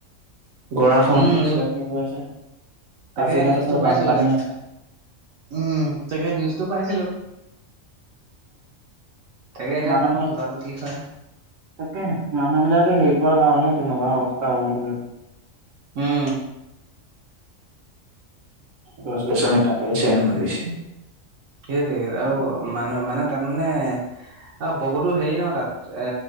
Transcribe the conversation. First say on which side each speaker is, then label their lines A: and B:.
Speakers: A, on the right; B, on the right.
A: গৰা খহনে
B: উম
A: কিবা কিবি গৈ আছে পাছিঘাট
B: তাকে নিউজটো
A: আছে
B: পাইছো
A: বানপানী
B: তাকে
A: আছে
B: উম তাকে নিউজটো পাইছিলো তাকে এতিয়া
A: মানহ
B: জানো যোৱাটো কি হয়।
A: তাকে মানুহ বিিলাকে হেৰি কৰ কাৰণেই তেনেকুৱা অৱস্থা হ'ব লে
B: উম
A: গছ গছ কাটাইছেম দিিছে
B: সেইটো সেই আৰু মানহ মানে তাত মানে অ বহুতো হেৰি ন তাত এ